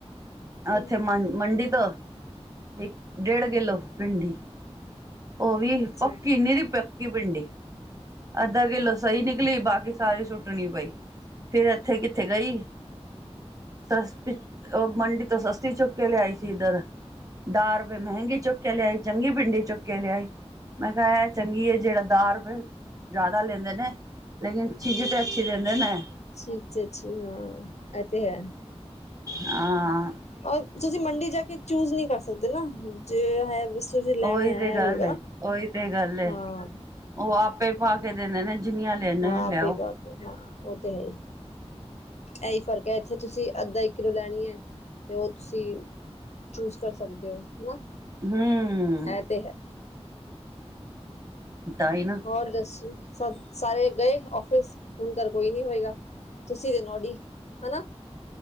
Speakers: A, on the left; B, on the right.
A: ਹੂੰ
B: ਉੱਥੇ ਮੰ ਮੰਡੀ ਤੋਂ। ਇੱਕ-ਡੇਢ ਕਿੱਲੋ ਭਿੰਡੀ। ਉਹ ਵੀ
A: ਅੱਛਾ
B: ਪੱਕੀ, ਨਿਰੀ ਪੱਕੀ ਭਿੰਡੀ। ਅੱਧਾ ਕਿੱਲੋ ਸਹੀ ਨਿਕਲੀ, ਬਾਕੀ ਸਾਰੀ ਛੁ ਸੁੱਟਣੀ ਪਈ, ਫੇਰ ਇੱਥੇ ਕਿੱਥੇ ਗਈ। ਸਸਤੀ, ਉਹ ਮੰਡੀ ਤੋਂ ਸਸਤੀ ਚੁੱਕ ਕੇ ਲਿਆਈ ਸੀ ਇੱਧਰ। ਦਸ ਰੁਪਏ ਮਹਿੰਗੀ ਚੁੱਕ ਕੇ ਲਿਆਈ ਚੰਗੀ ਭਿੰਡੀ ਚੋਂ। ਚੁੱਕ ਕੇ ਲਿਆਈ। ਮੈਂ ਕਿਹਾ ਇਹ ਚੰਗੀ ਏ, ਜਿਹੜਾ ਦਸ ਰੁਪਏ ਜਿਆਦਾ ਲੈਂਦੇ ਨੇ। ਲੇਕਿਨ ਚੀਜ਼ਾਂ ਤਾਂ ਅੱਛੀ ਦਿੰਦੇ ਨੇ।
A: ਚੀਜ਼ ਤਾਂ ਅੱਛੀ ਹਾਂ, ਇਹ ਤੇ ਹੈ।
B: ਹਾਂ।
A: ਔਰ, ਤੁਸੀਂ ਮੰਡੀ ਜਾ ਕੇ ਚੂਜ ਨਹੀਂ ਕਰ ਸਕਦੇ ਨਾ, ਜੇ ਹੈ ਤੁਸੀਂ ਲੈਣਾ
B: ਉਹੀ ਤੇ ਗੱਲ
A: ਹੋਏਗਾ
B: ਹੈ।
A: ਨਾ
B: ਉਹੀ ਤੇ ਗੱਲ ਹੈ।
A: ਹਾਂ
B: ਉਹ ਆਪੇ ਪਾ ਕੇ ਦਿੰਦੇ ਨੇ ਜਿੰਨੀਆਂ ਲੈਣੇ
A: ਹਾਂ,
B: ਲਿਆਓ
A: ਆਪੀ ਪਾ ਕੇ, ਹਾਂ ਉਹ ਤੇ ਹੈ ਹੀ। ਇਹੀ ਫਰਕ ਏ। ਇੱਥੇ ਤੁਸੀਂ ਅੱਧਾ-ਇੱਕ ਕਿੱਲੋ ਲੈਣੀ ਏ ਤੇ ਉਹ ਤੁਸੀਂ ਚੂਜ ਕਰ ਸਕਦੇ ਹੋ ਹਨਾ,
B: ਹੂੰ
A: ਇਹ ਤੇ ਹੈ।
B: ਤਾਂ ਹੀ ਨਾ।
A: ਹੋਰ ਦੱਸੋ? ਸਾਰੇ ਗਏ ਔਫਸ, ਹੁਣ ਘਰ ਕੋਈ ਨੀ ਹੋਏਗਾ? ਤੁਸੀਂ ਨੋਡੀਡੀ ਹਨਾ। <unintelligible>